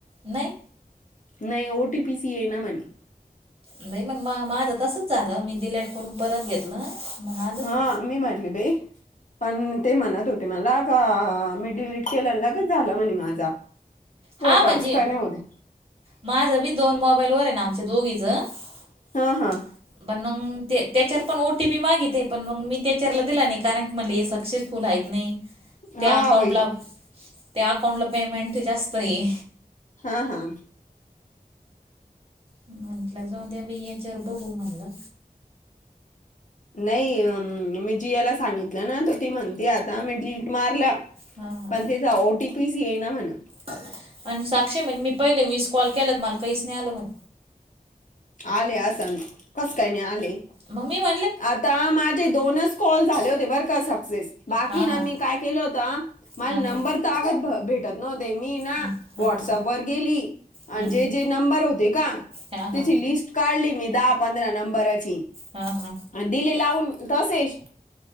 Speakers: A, on the right (about 40°); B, on the left (about 55°).
A: नाही.
B: नाही ओटी पी सीए ना म्हणे.
A: नाही मग म माझं तसच झालं मी दिडलेट करून परत घेतलं. मग आलं
B: हा
A: ते
B: मी म्हरली बाई पण ते म्हणत होते मला का. अ मिडलड केललगच झाला म्हणे माझा. वर्कर्स
A: हा म्हणजे
B: काय नाही होते
A: माझ बी दोन मोबाईल व आहे नाम. दोघीजनत्याच्यात
B: हा हा
A: पण O T P. T P मागिते पण मग मी त्याच्यावरला दिला नाही कारण की मला हे सक्सेसफुल आहे क नाही. त्या
B: हा
A: अकाउंटला
B: बाई
A: त्या अकाउंटला पेमेंट जास्त आहे.
B: हा हा.
A: म्हटलं जाऊन द्या याच्यावर बघू म्हणलं.
B: नाही मी जी याला सांगितलं ना त ती म्हणती आता मी डलीट मारलं.
A: हा हा
B: बणतेचा ओ टी पी स आहे ना म्हण.
A: आणि साक्षी म्हणे मी पहिले वीस कॉल केलात मला काहीच नाही आलं म्हणे.
B: आले आसन कस काय नाही आले.
A: ममी म.
B: आता माझे दोनच कॉल झाले होते बरं का सक्सेस बाकीन
A: हा हा
B: मी काय केलं होत. मल
A: हा
B: नंबर
A: हा
B: तर आग. न मी ना
A: हा हा
B: व्हॉटसअप
A: हा
B: वर गेली आणि
A: हम्म
B: जे
A: हम्म
B: जे नंबर होते का.
A: हा
B: त्याची
A: हा
B: लिस्ट काढली मी दहा पंधरा नंबरची
A: हा हा
B: आणि दिले लावून. तसेच.